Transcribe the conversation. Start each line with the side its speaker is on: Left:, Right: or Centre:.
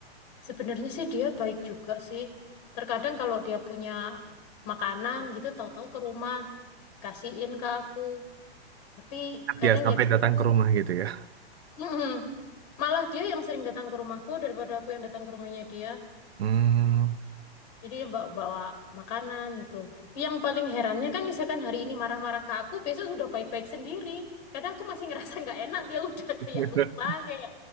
Left: Sebenarnya sih dia baik juga sih. Terkadang kalau dia punya makanan gitu, tahu-tahu ke rumah, kasihin ke aku. Tapi kadang
Right: ya sampai
Left: ya gitu.
Right: datang ke rumah gitu ya
Left: Mm-mm. Malah dia yang sering datang ke rumahku daripada aku yang datang ke rumahnya dia.
Right: hmm
Left: Jadi dia bawa, bawa makanan gitu. Yang paling herannya kan misalkan hari ini marah-marah ke aku, besok sudah baik-baik sendiri. Kadang aku masih ngerasa nggak enak, dia udah <laughs>
Right: <laughs>
Left: kayak lupa, kayak